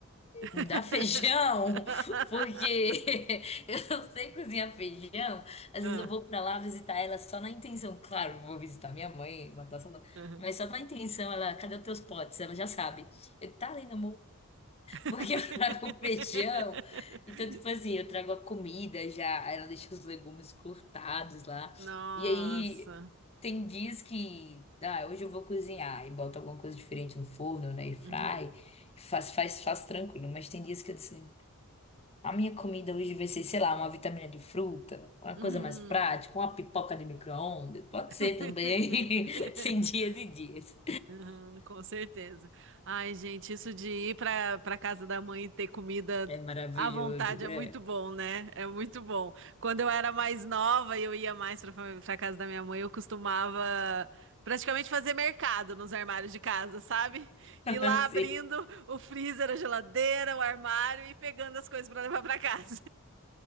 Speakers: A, on the right; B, on the left.
A: <laughs>
B: Me dá feijão, porque <laughs> eu não sei cozinhar feijão. Às
A: Ah.
B: vezes eu vou pra lá visitar ela só na intenção. Claro, vou visitar minha mãe, matar saudade.
A: Uhum.
B: Mas só na intenção, ela, cadê os teus potes? Ela já sabe. Eu, tá ali na
A: <laughs>
B: porque eu <laughs> trago o feijão. Então, tipo assim, eu trago a comida já. Aí ela deixa os legumes cortados lá.
A: Nossa.
B: E aí, tem dias que. Ah, hoje eu vou cozinhar. E boto alguma coisa diferente no forno, né? E fry.
A: Uhum.
B: Faz, faz, faz tranquilo. Mas tem dias que eu assim. A minha comida hoje vai ser, sei lá, uma vitamina de fruta, uma
A: Uhum.
B: coisa mais prática, uma pipoca de micro-ondas. Pode
A: <laughs>
B: ser também. <laughs> Tem dias e dias.
A: Hum, Com certeza. Ai, gente, isso de ir para para casa da mãe e ter comida
B: É maravilhoso,
A: à vontade
B: né?
A: é muito bom, né? É muito bom. Quando eu era mais nova e eu ia mais para para casa da minha mãe, eu costumava praticamente fazer mercado nos armários de casa, sabe? Ir
B: <laughs>
A: lá
B: Sim.
A: abrindo o freezer, a geladeira, o armário e pegando as coisas para levar para casa.